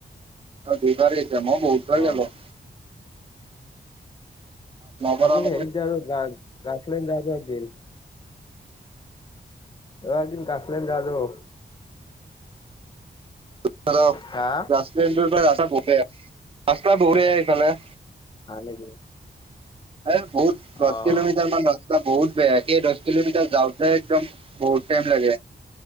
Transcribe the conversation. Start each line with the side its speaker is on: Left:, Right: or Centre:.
Right: অ' দুইবাৰে মই বহুত বাৰ
Left: অ'।
Right: গলো বাৰ
Left: আজি
Right: মান
Left: হেৰি আৰু, গ গাখলেন্ড যাও <unintelligible> চ এদিন অ' এদিন গাখলেন্ড যাও <unintelligible> জ
Right: <unintelligible>
Left: হা
Right: ৰাস্তন্দ ৰাস্ত বৰে ৰাস্তা <unintelligible> বহুৰে এইফালে
Left: হয় নেকি?
Right: এ বহুত দহ
Left: অ'
Right: কিলোমিটাৰ মান ৰাস্তা বহুত বেয়া, সেই দহ কিলোমিটাৰ যাওঁতে একদম বহুত টাইম লাগে,